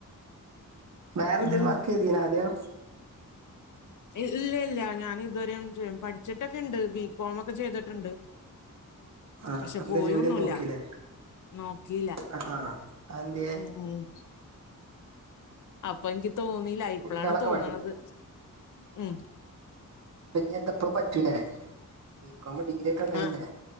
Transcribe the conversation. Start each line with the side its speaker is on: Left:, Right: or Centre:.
Right: വേറെന്തേലും
Left: ഉം
Right: വർക്ക് ചെയ്തീനാദ്യോ
Left: ഇല്ല ഇല്ല ഞാനിതുവരെ <unintelligible> പഠിച്ചിട്ടൊക്കെണ്ട് ബികോം ഒക്കെ ചെയ്തിട്ടുണ്ട്
Right: ആഹ്
Left: പക്ഷെ
Right: എന്തേ
Left: പോയൊന്നുല്ല
Right: ജോലിയൊന്നും നോക്കിയില്ലേ
Left: നോക്കിയില്ല
Right: ആഹ് ആഹ് അതെന്ത്യേ
Left: ഉം അപ്പൊ എനിക്ക് തോന്നി ല്ല. ഇപ്പളാണ്
Right: കുട്ട്യാളൊക്കെ
Left: തോന്നണത് ഉം
Right: പിന്നെന്താപ്പളും പറ്റൂലേ ബികോം ഡിഗ്രിയൊക്കെ ഉള്ളല്ലേ
Left: ആഹ്